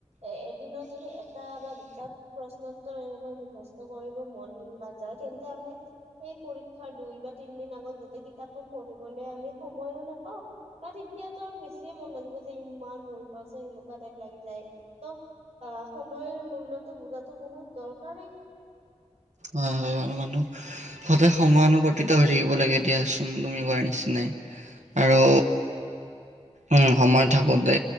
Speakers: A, on the right; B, on the right.
A: এ এদিনত যদি এটা বা দুটা প্ৰশ্ন প্ৰশ্ন উত্তৰ এনেকৈ মুখস্থ কৰিব মন নাযায় তেন্তে আমি এই পৰীক্ষাৰ দুই বা তিন দিন আগত গোটেই কিতাপখন পঢ়িবলে আমি সময়ো নাপাওঁ বাট এতিয়াতো আৰু বেছিয়ে মন নাযাব যে ইমান পঢ়িব আছে সেনেকুৱা টাইপ লাগি যায় ত' অ' সময়ৰ মূল্যতো বুজাতো বহুত দৰকাৰী।
B: হয়-হয় আৰু মানুহ। সদায় সময়ানুবৰ্তিত হৈ থাকিব লাগে দিয়াচোন তুমি কোৱাৰ নিচিনাই আৰু উম সময় থাকোঁতে